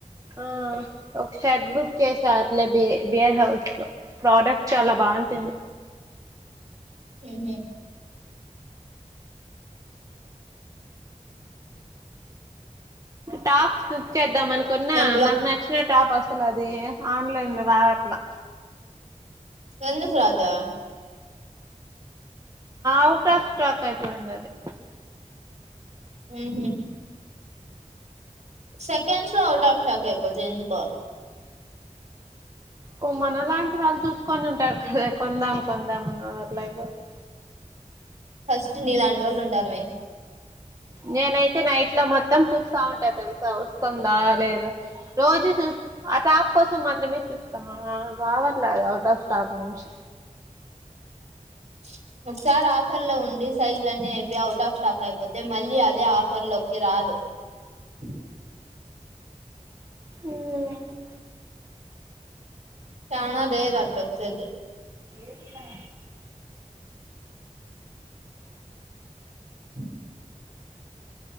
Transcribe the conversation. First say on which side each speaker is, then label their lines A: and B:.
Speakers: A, on the right; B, on the right.
A: ఆ ఒక షర్ట్ బుక్ చేసా అట్లె బి బియర్ హౌస్ లొ ప్రాడక్ట్ చాలా బాంటుంది.
B: ఊహు.
A: టాప్స్ బుక్ చేద్ ఇద్దాం అనుకున్నా
B: నేను బ్లా
A: నాకు నచ్చిన టాప్ అసల్ అది ఆన్లైన్ లో రావట్లా
B: ఎందుకు రాదా
A: ఔట్ ఆఫ్ స్టాక్ అయిపోయుండాది
B: ఊహు. సెకండ్స్ లొ ఔటాఫ్ స్టాకైపోతయ్ ఎందుకొ
A: ఒ మన లాంటి వాళ్ళు చూస్కొనుంటార్ కద కొందాం కొందాం అని అవట్లైపోతాయ్.
B: ఫస్టు నీలాంటోళ్ళుంటారు మె.
A: నేనైతే నైట్ ల మొత్తం చూస్తా ఉంటా తెల్సా వస్తండా లేదా రోజు చూ అ కోసం మాత్రమే చూస్తా రావట్లేదు అవుట్ ఆఫ్ స్టాక్ నుంచి
B: ఛీ ఒక్సారి ఆఫర్ లో ఉండి సైజ్లన్నీ అయిపియి అవుట్ ఆఫ్ స్టాక్ అయిపోతే మళ్ళీ అదే ఆఫర్ లోకి రాదు <unintelligible>
A: ఉమ్
B: చానా రేర్ అటోచ్చెది
A: ఎల్లా
B: అ